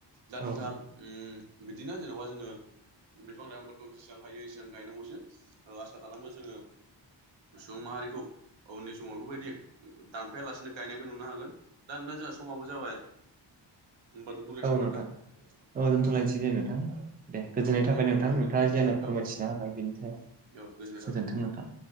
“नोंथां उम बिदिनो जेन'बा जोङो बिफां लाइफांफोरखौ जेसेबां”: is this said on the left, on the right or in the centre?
Right